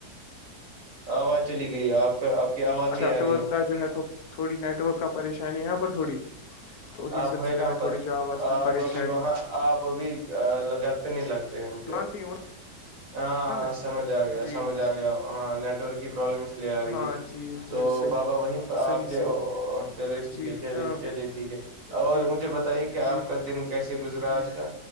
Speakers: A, on the right (about 55°); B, on the left (about 70°).
A: آواز چلی گئی آپ کا آپ کی آواز نہیں
B: اچاٹورک
A: آ رہی
B: کا جو ہے تھوڑی نیٹ ورک کا پریشانی یہاں پر تھوڑی تو اسی
A: آپ
B: سلسلے
A: ہے کہاں
B: میں
A: پر
B: تھوڑی ج آواز کی
A: آپ
B: پریشانی
A: ابھی وہاں آپ ابھی گھر پہ نہیں لگتے ہیں مجھے
B: دکان پہ ہی ہوں
A: ہاں
B: نا میں
A: سمجھ آ گیا
B: جی
A: سمجھ آ گیا ہاں نیٹ ورک کی پرابلم اس لیے آ رہی
B: ہاں
A: ہے
B: جی
A: تو
B: جی صحیح
A: بابا وہیں پہ آپ
B: صحیح
A: کے
B: صحیح
A: چلیے ٹھیک
B: جی
A: ہے چلیے
B: ہاں
A: چلیے ٹھیک ہے اور
B: جی
A: مجھے بتائیے کیا
B: جی
A: آپ کا دن کیسے گزرا
B: جی
A: آج کا